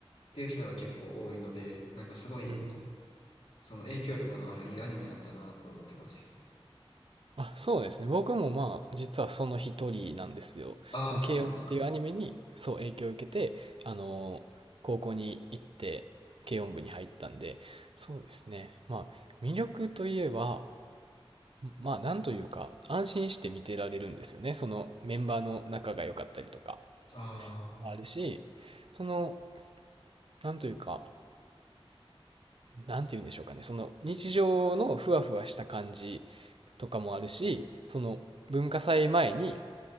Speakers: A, on the left; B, on the right.
A: ていう人が結構多いので、なんかすごい、
B: うん。
A: その影響力のあるいいアニメなんだなって思ってます。
B: あ、そうですね。僕もまあ、実はその一人なんですよ。
A: ああ、
B: その、
A: そうなんですか。
B: 軽音っていうアニメに、そう、影響を受けて、あのー高校に行って、軽音部に入ったんで、そうですね。まあ、魅力といえば、まあ、なんというか、安心して見てられるんですよね。そのメンバーの仲が良かったりとか。
A: ああ、
B: があるし、その、なんというか、なんて言うんでしょうかね、その日常のふわふわした感じとかもあるし、その文化祭前に